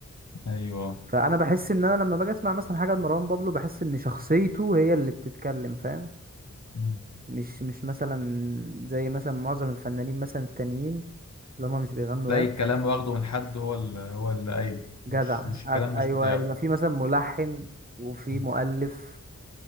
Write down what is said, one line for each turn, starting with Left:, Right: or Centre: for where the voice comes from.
Left: أيوه
Right: فأنا بحس إن أنا لما باجي أسمع مثلا حاجة لمروان بابلو بحس إن شخصيته هي اللي بتتكلم فاهم
Left: مم.
Right: مش مش مثلا زي مثلا معظم الفنانين مثلا التانيين اللي هما مش بيغنوا
Left: تلاقي
Right: راب
Left: الكلام واخده من حد هو اللي هو اللي أيوه
Right: جدع
Left: مش مش الكلام
Right: أت-
Left: مش
Right: أيوه
Left: بتاعه
Right: يبقى في مثلا ملحن وفي
Left: مم.
Right: مؤلف